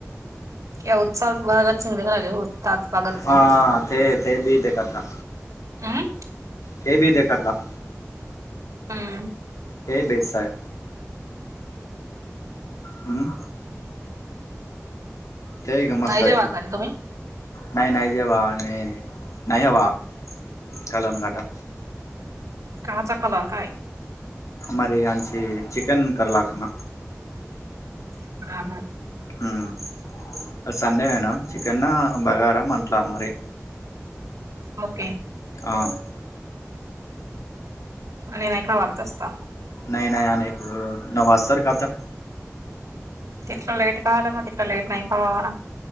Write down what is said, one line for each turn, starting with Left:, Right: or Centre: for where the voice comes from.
Right: या उत्साहात <unintelligible> सिंग
Left: हा ते ते बी ते करता
Right: हं.
Left: ते बी <unintelligible>
Right: हम्म.
Left: हे बेसाय हम्. ते गम
Right: नाही
Left: साय
Right: जेवा खाली तुम्ही
Left: नाही नाही जेवा आणि नाही हवा कलम काटा
Right: काचा कंलक काय
Left: मरे आचे चिकन करालाखना
Right: <unintelligible>
Left: हम्म आज संडे हेना चिकना बगारा म्हंटला हमारे
Right: ओके.
Left: आ.
Right: आणि नाही काय <unintelligible>
Left: नाइ नाइ अनेक नवासरखात
Right: ति लेट आल म्हटलं लेट नाही कवाला